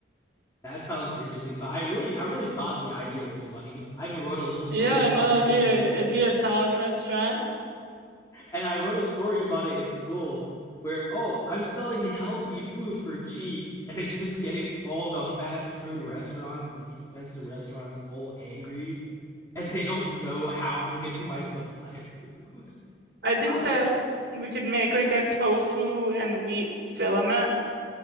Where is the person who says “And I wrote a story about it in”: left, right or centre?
Left